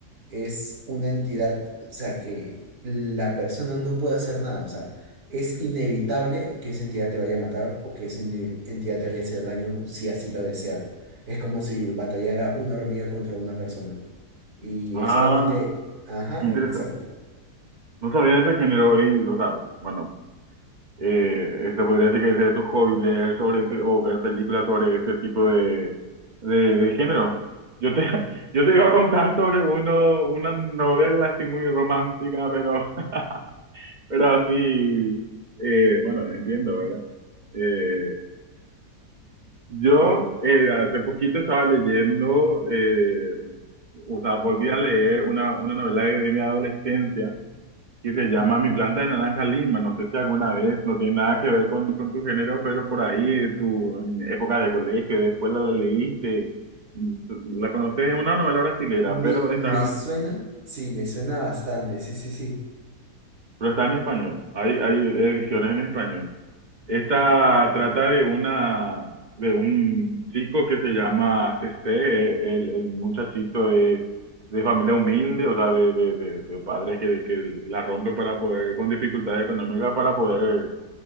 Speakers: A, on the right; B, on the right.
A: es una entidad, o sea, que la persona no puede hacer nada, o sea, es inevitable que esa entidad te vaya a matar o que esa ine- entidad te vaya a hacer daño si así lo desea. Es como si batallara una hormiga contra una persona. Y
B: ah,
A: exactamente, ajá,
B: interesante.
A: exacto.
B: No sabía de ese género y, o sea, bueno, eh, se podría decir que ese es tu hobby, leer sobre ese, o ver películas sobre ese tipo de, de, de género. Yo te, <laughs> yo te iba a contar sobre uno, una novela así muy romántica, pero, <laughs> pero así, eh, bueno, entiendo, ¿verdad? Eh, Yo eh, hace poquito estaba leyendo, eh, o sea, volví a leer una, una novela de, de mi adolescencia que se llama Mi planta de naranja lima. No sé si alguna vez, no tiene nada que ver con, con tu género, pero por ahí, tu, en época de colegio, de escuela, la leíste. La conoces, es una novela brasilera,
A: Me,
B: pero
A: me
B: está
A: suena, sí, me suena bastante, sí, sí, sí.
B: Pero está en español, hay, hay ediciones en español. Esta trata de una, de un chico que se llama CC, eh, el, el muchachito de, de familia humilde, o sea, de, de, de- de padres que, que la rompe para poder, con dificultades económicas para poder